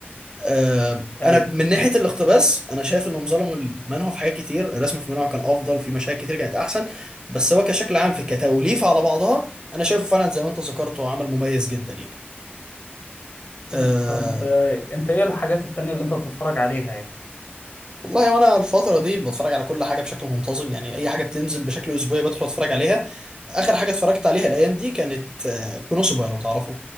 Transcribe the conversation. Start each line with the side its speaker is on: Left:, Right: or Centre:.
Right: آه،
Left: ايوه
Right: انا من ناحيه الاقتباس انا شايف انهم ظلموا المانهوا في حاجات كتير الرسم في المانهوا كان افضل في مشاهد كتير كانت احسن بس هو كشكل عام في كتوليفه على بعضها انا شايفه فعلا زي ما انت ذكرته عمل مميز جدا يعني
Left: مم.
Right: آه،
Left: طب آه، انت ايه الحاجات التانية اللي انت بتتفرج عليها يعني
Right: والله وانا الفترة دي بتفرج على كل حاجة بشكل منتظم يعني اي حاجة بتنزل بشكل اسبوعي بدخل اتفرج عليها اخر حاجة اتفرجت عليها الايام دي كانت آه، كونوسوبا لو تعرفوا